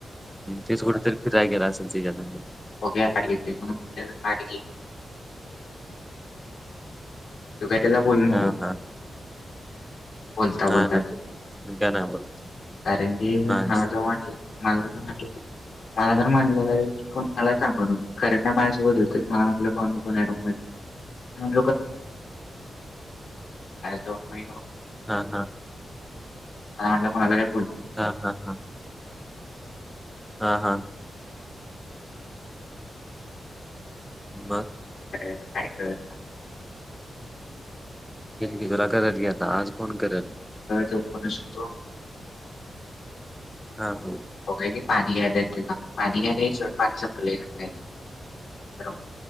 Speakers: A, in the centre; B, on the left (about 70°).
A: तेच कुठेतरी फिराय गेला असेल तिच्याकड
B: होग्या अडगतीे म अड <unintelligible> तु काय त्याला बोलू नको
A: हा हा
B: बोलता बोलता
A: नाही नाही
B: ते
A: मी काय नाही बोलत
B: कारण की मला
A: नाहीस
B: तो म्हटलं माझ म्हटलं मला जर मानले जाईल कोणाला सांग ना खरं ना माझशी बदोलतो मला म्हटलं को रूम करून दोन महि <inaudible>
A: हा हा
B: मला म्हटलं कोणाला काय बोलू
A: हा हा हा हा हा
B: हम्म
A: मग?
B: त <unintelligible>
A: ी तुरा करत घ्याता आज फोन करेन
B: तो पण असतो
A: हा हा
B: हो का की पाणी घ्यायला त का पाणी घ्या नाही शेवट पाणी संपलं आणायला